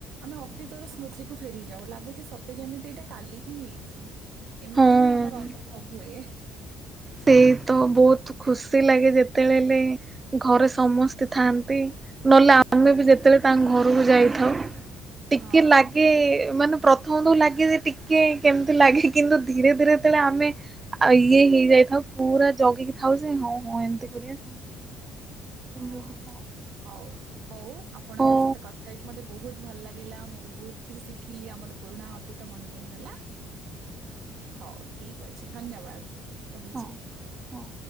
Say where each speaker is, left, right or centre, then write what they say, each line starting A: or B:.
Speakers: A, on the right (about 55°); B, on the right (about 25°).
A: ଆମେ ଅତୀତର ସ୍ମୃତିକୁ ଫେରି ଯାଉ ଲାଗୁଛି ସତେ ଯେମିତି ଏଇଟା କାଲି ହିଁ ହେଇଛି। ଏମିତି
B: ହଁ
A: ହିଁ ଆମର ଅନୁଭବ ହୁଏ।
B: ସେଇ ତ ବହୁତ ଖୁସି ଲାଗେ ଯେତେବେଳେଲେ ଘରେ ସମସ୍ତେ ଥାଆନ୍ତି ନହେଲେ ଆମେ ବି ଯେତେବେଳେ ତାଙ୍କ ଘରକୁ ଯାଇଥାଉ। ଟିକେ
A: ହଁ।
B: ଲାଗେ ମାନେ ପ୍ରଥମ ତ ଲାଗେ ଯେ ଟିକେ କେମିତି ଲାଗେ କିନ୍ତୁ ଧୀରେ ଧୀରେ ସେତେଳେ ଆମେ ଇଏ ହେଇଯାଇଥାଉ ପୁରା ଜଗିକି ଥାଉ ଯେ ହଁ ହଁ ଏମତି କରିବା ସେମତି କରିବା। ସେମିତି
A: ହଁ
B: ଗୋଟେ ଥାଉ
A: ହଉ। ହଉ ଆପଣଙ୍କ
B: ହଉ
A: ସହିତ କଥା ହେଇକି ମୋତେ ବହୁତ ଭଲ ଲାଗିଲା, ମୁଁ ବି ବହୁତ କିଛି ଶିଖିଲି ଆମର ପୁରୁଣା ଅତୀତ ମନେ ପଡିଗଲା। ହଉ ଠିକ ଅଛି ଧନ୍ୟବାଦ ରହୁଛି।
B: ହଁ ହଁ।